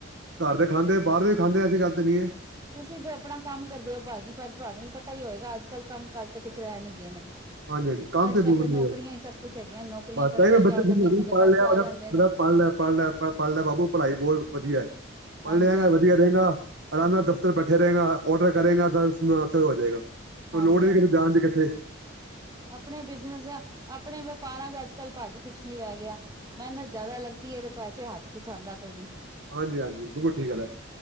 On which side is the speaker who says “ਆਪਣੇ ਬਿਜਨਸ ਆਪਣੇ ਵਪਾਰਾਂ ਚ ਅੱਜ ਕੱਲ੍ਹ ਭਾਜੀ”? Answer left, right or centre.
Right